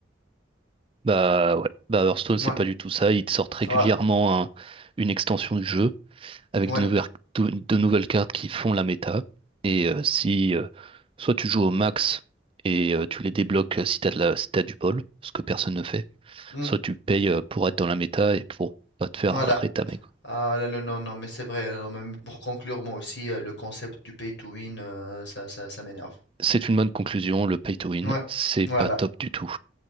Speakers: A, on the right (about 30°); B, on the left (about 70°).
A: Bah ouais, bah Hearthstone c'est
B: Ouais,
A: pas du tout ça, ils te sortent régulièrement
B: ouais,
A: un- une extension du jeu avec
B: ouais,
A: de nouvelles, de, de nouvelles cartes qui font la méta. Et euh, si euh, soit tu joues au max et euh, tu les débloques euh, si t'as de la, si t'as du bol, ce que personne ne fait,
B: mm,
A: soit tu payes euh, pour être dans la méta et pour pas te faire
B: voilà.
A: euh, rétamer quoi.
B: Ah là, là, non, non, mais c'est vrai. non, mais pour conclure, moi aussi, euh, le concept du pay to win, euh, ça, ça, ça m'énerve.
A: C'est une bonne conclusion, le pay to win,
B: Ouais,
A: c'est
B: voilà,
A: pas top du tout.